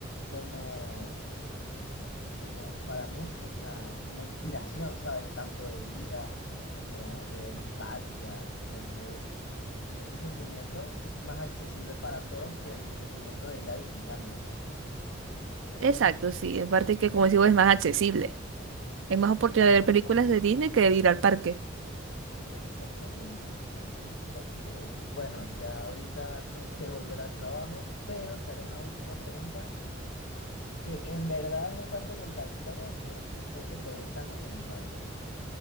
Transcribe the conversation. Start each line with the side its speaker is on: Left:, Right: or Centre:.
Left: como, como para muchos la, como inspiración, ¿sabes? Tanto de vida como de nostalgia. Entonces, ese sentimiento es más accesible para todos que el sentimiento de ir a Disneylandia.
Right: exacto, sí, en parte que, como digo, es más accesible. Hay más oportunidad de ver películas de Disney que de ir al parque.
Left: Exactamente. Ok, bueno, ya ahorita tengo que <laughs> volver al trabajo, pero te haré una última pregunta que en verdad es bastante contradictoria porque sé que te gustan los animales.